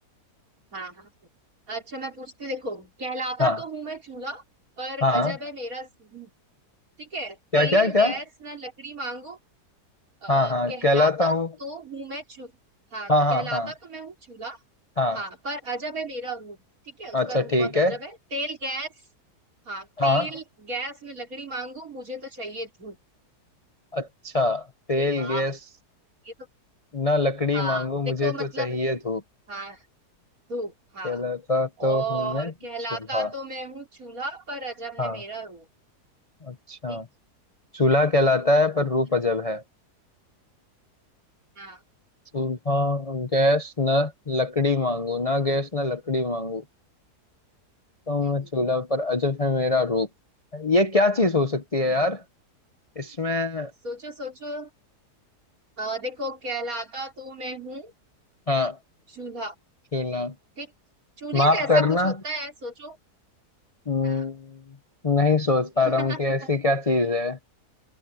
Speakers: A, on the right (about 60°); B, on the left (about 25°).
A: हाँ हाँ अच्छा मैं पूछती हूँ, देखो कहलाता
B: हाँ
A: तो हूं मैं चूल्हा पर
B: हाँ
A: अजब है मेरा रूप ठीक है
B: क्या
A: तेल
B: क्या क्या
A: गैस ना लकड़ी मांगो अ,
B: हाँ हाँ
A: कहलाता
B: कहलाता हूँ
A: तो हूं मैं चूल्हा हाँ
B: हाँ हाँ
A: कहलाता
B: हाँ
A: तो मैं हूँ चूल्हा
B: हाँ
A: हाँ पर अजब है मेरा रूप ठीक है उसका
B: अच्छा
A: रूप
B: ठीक
A: बहुत
B: है
A: अजब है तेल गैस हाँ तेल
B: हाँ
A: गैस में लकड़ी मांगू मुझे तो चाहिए धूप
B: अच्छा तेल
A: अरे वाह
B: गैस
A: ये तो
B: ना लकड़ी
A: हाँ
B: मांगू
A: देखो
B: मुझे
A: मतलब
B: तो चाहिए धूप
A: हाँ धूप हाँ
B: कहलाता तो
A: और
B: हूँ मैं
A: कहलाता
B: चूल्हा
A: तो मैं हूँ चूल्हा पर अजब
B: हाँ
A: है मेरा रूप
B: अच्छा
A: ठीक
B: चूल्हा कहलाता है पर रूप
A: है?
B: अजब है
A: हाँ
B: चूल्हा गैस न लकड़ी मांगू ना गैस न लकड़ी मांगू तो
A: हम्म
B: मैं चूल्हा पर अजब है मेरा रूप ये क्या चीज हो सकती है
A: हम्म
B: यार इसमें
A: सोचो सोचो अ, देखो कहलाता तो मैं हूँ
B: हाँ
A: चूल्हा
B: चूल्हा
A: ठीक चूल्हे
B: माफ
A: जैसा
B: करना
A: कुछ होता है सोचो
B: हम्म,
A: हाँ
B: नहीं सोच पा
A: <laughs>
B: रहा हूँ कि ऐसी क्या चीज है